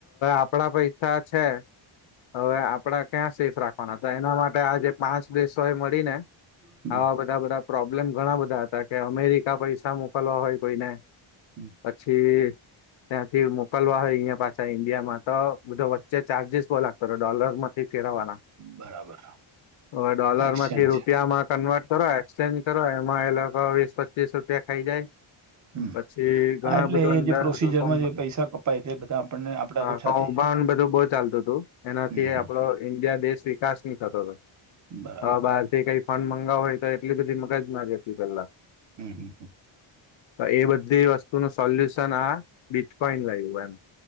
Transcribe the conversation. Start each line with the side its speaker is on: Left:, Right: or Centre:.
Left: હવે આપડા પૈસા છે હવે આપડા ક્યાં સેફ રાખવાના હતા એના માટે આ જે પાંચ દેશો એ મળી ને
Right: હમ
Left: આવા બધા બધા પ્રોબ્લેમ ઘણા બધા હતા કે અમેરિકા પૈસા મોકલવા હોય કોઈને
Right: હમ
Left: પછી ત્યાંથી મોકલવા હોય અહીંયા પાછા ઈન્ડિયામાં તો બધો વચ્ચે ચાર્જિસ બહુ લાગતો હતો ડોલરમાં ફેરવાના
Right: બરાબર
Left: હવે ડોલર
Right: એક્સચેન્જ
Left: માંથી રૂપિયામાં કન્વર્ટ કર એક્સચેન્જ કરો એમાં એ લોકો વીસ પચીસ રૂપિયા ખાઈ જાય
Right: હમ
Left: પછી ઘણા
Right: હા એટલે
Left: બધું
Right: એ
Left: અંધાર
Right: જે પ્રોસીજરમાં
Left: હતો કો
Right: જે પૈસા કપાય તે બધા આપણને આપડા
Left: હ
Right: ઓછા
Left: કો
Right: થઈ જાય
Left: બધું
Right: એટલા
Left: બહ ચાલતું હતું એનાથી
Right: હમ હમ
Left: આપડો ઇન્ડિયા દેશ વિકાસ નહી થતો હતો
Right: બરાબર
Left: હ બહારથી કંઈ ફંડ મગાવ હોય તો એટલી બધી મગજ મારીહતી પેલા
Right: હમ હમ હ.
Left: તો એ બધી વસ્તુ ન સોલ્યુશન આ બીટકોઈન લાગ્યું એમ